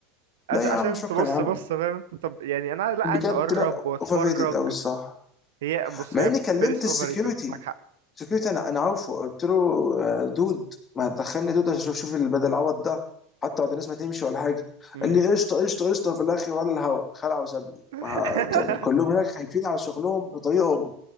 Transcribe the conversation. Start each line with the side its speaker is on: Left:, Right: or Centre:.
Right: عش
Left: لا
Right: عشان
Left: يا عم شكرا
Right: تبص
Left: يا عم
Right: بص فاهم انت طب يعني انا لا
Left: بجد
Right: عايز اقرب
Left: لا
Right: واتفرج
Left: اوفر ريتد قوي الصراحه
Right: هي بص
Left: مع
Right: هي
Left: اني كلمت
Right: باريس اوفر
Left: السكيورتي
Right: ريتد معاك حق
Left: سكيورتي انا انا عارفه قلت له آه، دود ما هتدخلني دود عشان اشوف شوف بدل العوض ده حتى بعد الناس ما تمشي ولا حاجه
Right: مم.
Left: قال لي قشطه قشطه قشطه في الاخر ولا الهوا خلع وسابني
Right: <laughs>
Left: ما طب كلهم هناك خايفين على شغلهم بطريقه